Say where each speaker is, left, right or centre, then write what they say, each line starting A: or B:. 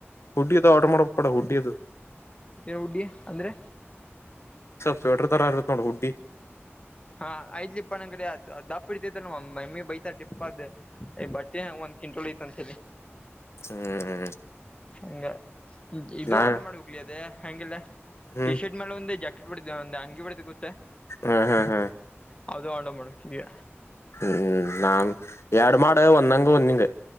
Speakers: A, on the left; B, on the left.
A: ಹುಡ್ಡಿಯದು ಆರ್ಡರ್ ಮಾಡಡ ಹುಡ್ಡಿಯದು.
B: ಏನ್ ಹುಡ್ಗಿ ಅಂದ್ರೆ
A: ಸ್ವಟ ತರ ಆಗುತ್ತೆ ನೋಡ್ ಗುಡ್ಡಿ.
B: ಹಾ ಐ್ಲಪ್ಪ ನ ಕಡೆ ದಪ್ಪ ಇಡ್ತೈತ ನ ಮಮ್ಮಿ. ಬೈತ ಡಿಪ್ಪದ ಬಟ್ಟೆ ಒಂದ್ ಕ್ಂಟಲ್ ಐತ್ ಅಂತ ಹೇಳಿ.
A: ಹ್ಮ್ ಹ್ಮ್.
B: ಹಂಗ ಇದು
A: ನಾ
B: ಆರ್ಡರ್ ಮಾಡ ಹೋಗಲಿ ಅದೇ ಹಗೆಲ್ಲ
A: ಹ್ಮ್
B: ಟಿ ಶರ್ಟ್ ಮೇಲೆ ಒಂದು ಜಕ್. ಬಿಡಿದ್ದ ಒಂದೆ ಅಂಗಿ ಬಿಡತಿ ಕತ್ತ
A: ಹಾ ಹಾ ಹಾ
B: ಹದು ಆ ಮಾಡ ಈಗ.
A: ಹ್ಮ್ ನಾನ್ ಎರಡು ಮಾಡಡ ಒಂದಂಗ ಒಂದಂಗ.